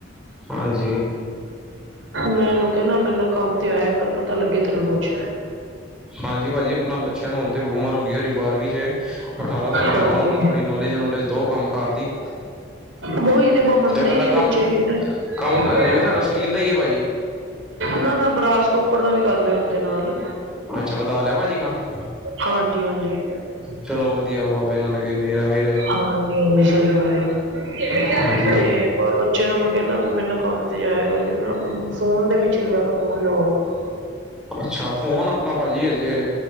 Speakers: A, in the centre; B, on the right.
A: ਹਾਂਜੀ।
B: ਮੈ ਇਹਨੂੰ ਕਹਿਣਾ ਮੇਰੇ ਨਾਲ ਕੰਮ ਤੇ ਆਇਆ ਕਰ ਪਤਾ ਲੱਗੇ ਤੈਨੂੰ ਕੁਛ।
A: ਹਾਂਜੀ ਭਾਜੀ ਆਪਣਾ ਬੱਚਿਆਂ ਨੂੰ ਹੁਣ ਤੇ ਉਮਰ ਹੋ ਗਈ ਐ ਔਰ ਬਾਰਵੀ 'ਚ ਅਠਾਰਾਂ ਸਾਲਾਂ
B: ਹਾਂਜੀ।
A: ਦਾ ਆਪਾਂ ਥੋੜ੍ਹੀ ਨੌਲੇਜ-ਨੌਲੇਜ। ਦੋ ਕੰਮ ਕਾਰ ਦੀ।
B: ਬਹੁ ਹੀ ਦੇ ਬਹੁ ਮੰਨਦੇ
A: ਤੇ ਤੁਹਾਡਾ
B: ਹੀ ਨਹੀਂ ਬ ਬੱਚੇ
A: ਕੰਮ
B: ਕਿਧਰ ਜਾਂਦੇ।
A: ਕੰਮ ਤਾਂ ਹਜੇ ਵੀ ਤੁਹਾਡਾ ਸਟੀਲ ਦਾ ਹੀ ਹੈ ਭਾਜੀ
B: ਨਾ ੜ-ਨਾ ਬਰਾਸਕਪਰ ਦਾ ਵੀ ਕਰ ਲਿਆ ਹੁਣ ਤੇ ਨਾਲ।
A: ਅੱਛਾ ਵਧਾ ਲਿਆ ਭਾਜੀ ਕੰਮ
B: ਹਾਂਜੀ-ਹਾਂਜੀ।
A: ਚਲੋ ਵਧੀਆ ਬਾਬੇ ਨਾਨਕ ਦੀ ਮਿਹਰ ਐਵੇਂ ਰਹੇ
B: ਹਾਂਜੀ-ਹਾਂਜੀ ਸਹੀ ਗੱਲ ਐ।
A: ਹਾਂਜੀ
B: <inaudible> ਬੱਚੇ ਨੂੰ ਮੈਂ ਕਹਿੰਦਾ ਮੇਰੇ ਨਾਲ ਕੰਮ ਤੇ ਜਾਇਆ ਕਰਕੇ ਫੋਨ ਦੇ ਪਿੱਛੇ ਜ਼ਿਆਦਾ ਫੋਨ ਲਵਾਓ।
A: ਅੱਛਾ ਫੋਨ ਆਪਣਾ ਭਾਜੀ ਅਜੇ